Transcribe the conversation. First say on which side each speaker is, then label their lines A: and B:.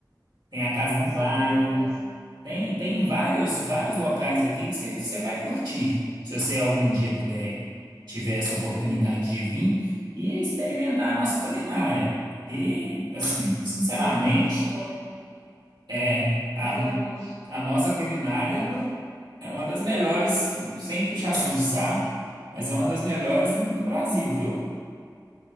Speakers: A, on the right; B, on the right.
A: Tem a Casa
B: Nossa,
A: do Baile.
B: pois depois.
A: Tem, tem vários, vários locais aqui que você que você vai curtir, se você algum dia puder, tiver essa oportunidade de vir e experimentar a nossa culinária. E, assim, sinceramente,
B: Pois eu vou, sim, Colin,
A: é a,
B: sinceramente.
A: a nossa culinária
B: Diz.
A: é uma, é uma das melhores, hum, sem puxação de saco, mas é uma das melhores do Brasil, viu?